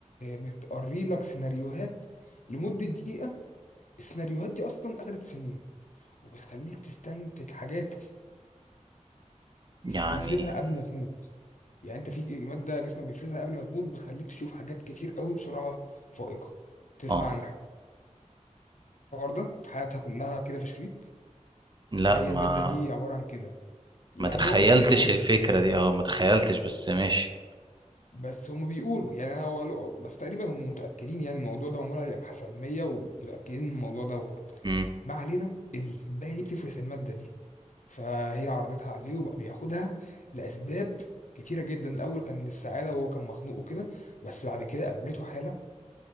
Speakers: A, on the left; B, on the right.
A: بتقري لك سيناريوهات لمدة دقيقة السيناريوهات دي اصلا اخدت سنين وبتخليك تستنتج حاجات
B: يعني
A: بيفرزها قبل ما تموت يعني انت في ماده جسمك بيفرزها قبل ما تموت بتخليك تشوف حاجات كتير قوي بسرعه فائقه تسمع
B: اه
A: عن الحوار ده حياتها كلها كده في شريط
B: لا
A: فهي
B: ما
A: الماده دي عباره عن كده يعني
B: ما تخيلتش
A: هما بيقولوا
B: الفكرة دي اه ما تخيلتش بس ماشي
A: بس هم بيقولوا يعني انا هو بس تقريبا هم متاكدين يعني الموضوع ده معمول عليه ابحاث علميه ومتاكدين من الموضوع دوت
B: امم
A: ما علينا الكوبايه دي بتفرز الماده دي فهي عرضتها عليه وبقى بياخدها لاسباب كتيره جدا الاول كان للسعاده وهو كان مخنوق وكده بس بعد كده قابلته حاله